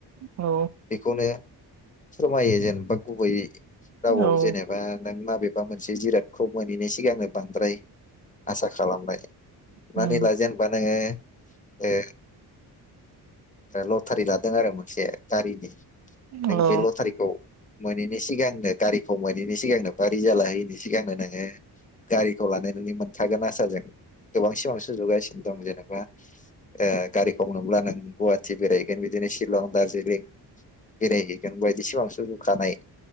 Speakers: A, on the right (about 45°); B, on the left (about 20°).
A: औ।
B: बेखौनो फोरमायो जेनेबा गुबै रावआव
A: औ
B: जेनेबा नों माब बेबा मोनसे जिरादखौ मोनहैनाय सिगांनो बांद्राय आसा खालामनाय। माने
A: उम
B: ला जेनबा नोङो ओ लटारि लादों आरो मोनसे गारिनि नों
A: औ ओ
B: बे लथारिखौ मोनैनि सिगांनो गारिखौ मोनैनि सिगांनो बा रिजाला हैयिनि सिगांनो नोङो गारिखौ लानानै मोनखागोन आसा जों गोबां सिमां सु सजुगासिनो दं जेनेबा ओ गारिखौ ओ मब्ला नों गुवाहाटि बेरायहैगोन बिदिनो शिलं दारजिलिं बेरायहैगोन बायदि सिमां सुजुखानाय